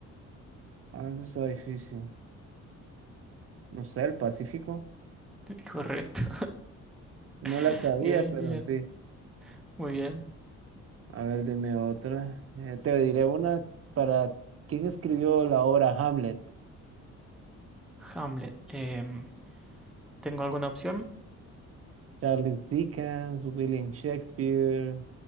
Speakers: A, on the right (about 50°); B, in the centre.
A: Ah, eso está difícil. No sé, el Pacífico.
B: <laughs> Correcto.
A: No la
B: <laughs>
A: sabía,
B: Bien,
A: pero
B: bien,
A: sí.
B: muy bien.
A: A ver, dime otra. Eh, te diré una para... ¿Quién escribió la obra Hamlet?
B: Hamlet. Em, ¿tengo alguna opción?
A: Charles Dickens, William Shakespeare.